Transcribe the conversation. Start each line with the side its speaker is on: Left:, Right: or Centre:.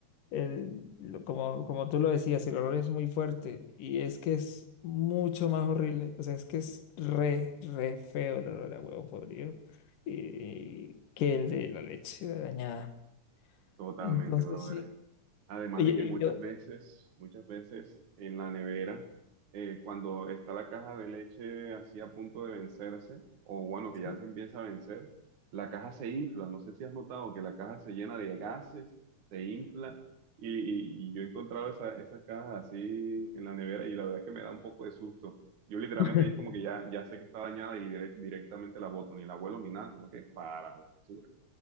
Left: el- lo- como, como tú lo decías, el olor es muy fuerte y es que es mucho más horrible. O sea, es que es re, re feo el olor a huevo podrido y, que el de la leche dañada.
Right: Totalmente,
Left: Entonces,
Right: brother.
Left: sí.
Right: Además
Left: Y,
Right: de que muchas
Left: y yo,
Right: veces, muchas veces en la nevera, eh, cuando está la caja de leche así a punto de vencerse, o bueno,
Left: sí.
Right: que ya se empieza a vencer, la caja se infla. No sé si has notado que la caja se llena de gases, se infla, y, y- y yo he encontrado esa- esas cajas así en la nevera y la verdad es que me da un poco de susto. Yo literalmente
Left: <laughs>
Right: es como que ya, ya sé que está dañada y dire- directamente la boto, ni la vuelo ni nada, sino que para la basura.